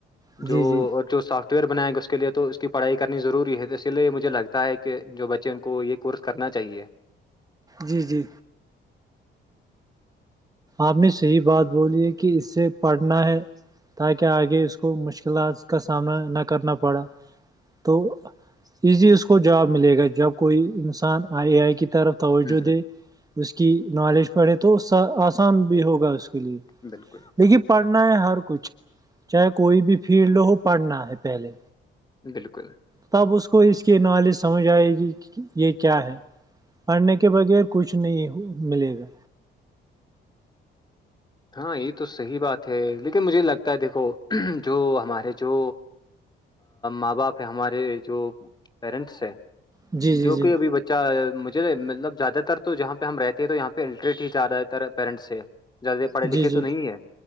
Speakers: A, on the right; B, on the left.
A: جی
B: جو جو سافٹ ویئر بنائیں گے اس کے لیے تو اس کی پڑھائی کرنی ضروری ہے تو اسی لیے مجھے لگتا ہے کہ جو بچے ان کو ایک کورس کرنا چاہیے
A: جی جی آپ نے صحیح بات بولی ہے کہ اس سے پڑھنا ہے تاکہ آگے اس کو مشکلات کا سامنا نہ کرنا پڑا تو ایزی اس کو جواب ملے گا جب کوئی انسان آئی اے آئی کی طرف توجہ
B: ہوں ہوں
A: دے اس کی نالج پڑھے تو آسان بھی ہوگا اس کے لیے
B: بالکل
A: دیکھیے پڑھنا ہے ہر کچھ چاہے کوئی بھی فیلڈ ہو پڑھنا ہے پہلے
B: بالکل
A: تب اس کو اس کی نالج سمجھ آئے گی یہ کیا ہے پڑھنے کے بغیر کچھ نہیں ملے گا
B: ہاں یہ تو صحیح بات ہے لیکن مجھے لگتا ہے دیکھو جو ہمارے جو ماں باپ ہے ہمارے جو پیرنٹس ہیں
A: جی جی
B: جو
A: جی
B: کہ ابھی بچے مجھے مطلب زیادہ تر تو جہاں پہ ہم رہتے ہیں تو یہاں پہ الٹریٹ ہی زیادہ تر پییرنٹس سے جیادہ پڑھے
A: جی
B: لکھے
A: جی
B: تو نہیں ہے